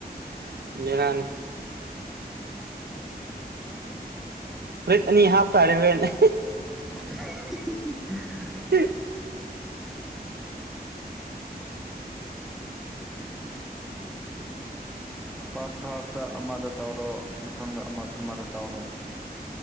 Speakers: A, on the right; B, in the centre.
A: ꯃꯔꯅꯤ ꯐꯨꯔꯤꯠ ꯑꯅꯤ ꯍꯥꯞꯇꯥꯔꯦ ꯍꯦꯅꯦ
B: <unintelligible>
A: ꯎꯝ
B: ꯐꯥꯔꯁ ꯍꯥꯐꯇ ꯑꯃꯗ ꯇꯧꯔꯣ ꯃꯊꯪꯗ ꯑꯃ ꯑꯃꯗ ꯇꯧꯔꯣ